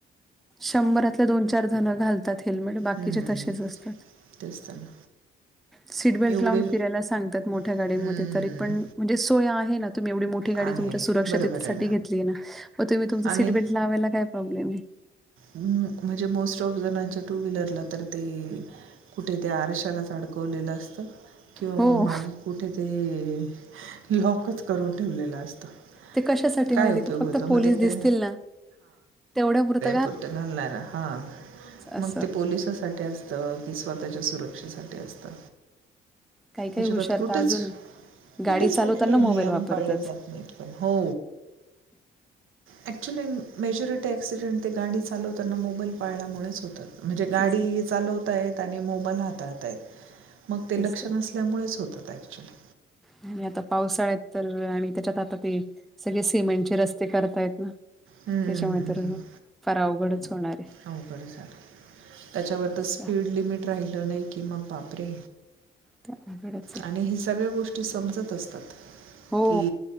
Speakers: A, in the centre; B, on the right.
A: शंभरातल्या दोन चार जण घाल हेल्मेट बाकीचे
B: हम्म.
A: तसेच असतात.
B: तेच तर ना
A: सीट बेल्ट
B: एवढे
A: लावून फिरायला सांगतात मोठ्या
B: हम्म.
A: गाडीमध्ये तरी पण म्हणजे सोय आहे ना तुम्ही एवढी मोठी गाडी
B: आहे
A: तुमच्या सुरक्षिततेसाठी
B: बरोबर आहे
A: घेतलेली आहे ना मग तुम्ही तुमचं
B: आणि
A: सीट बेल्ट लावायला काय प्रॉब्लेम आहे?
B: म्हणजे मोस्ट ऑफ जणांच्या टू व्हीलरला तर ते कुठे त्या आरशालाच अडकवलेलं असतं. किंवा
A: हो
B: म मागे कुठेे तरी लॉकच करून ठेवलेलं असतं.
A: ते कशासाठी
B: काय
A: माहिती
B: उपयोग
A: फक्त
B: होतो मग
A: पोलीस
B: ते
A: दिसतील
B: काय
A: ना तेवढ्यापुरत
B: घालणार हा मग
A: असं
B: ते पोलिसासाठी असत की स्व त्याच्या सुरक्षेसाठी असतं.
A: काही काही
B: अजिबात
A: हुशारत
B: कुठेच
A: अजून
B: कुठेच,
A: गाडी चालवताना
B: कुठले
A: मोबाईल
B: नियम
A: वापरतात
B: पाळले जात नाहीत पण हो! ॲक्च्युली मेजॉरिटी क्सिडेंट ते गाडी चालवताना मोबाईल पाळल्यामुळे म्हणजे गाडी
A: तेच तर
B: चालवताय आणि मोबाईल हाताळताय मग ते
A: तेच
B: लक्ष
A: तर
B: नसल्यामुळेच होत ऍक्च्युली.
A: आणि आता पावसाळ्यात तर आणि त्याच्यात आता ते सगळे सिमेंटचे रस्ते करतायेत ना
B: हं,
A: त्याच्यामुळे
B: हं, हं.
A: तर फार अवघडच होणार आहे
B: अवघड झालं त्याच्यावर तर स्पीड
A: त्या
B: लिमिट राहाची नाही की मग बापरे
A: त्या अवघडच आहे
B: आणि ह सगळ्या गोष्टी ग समजत असतात
A: हो
B: की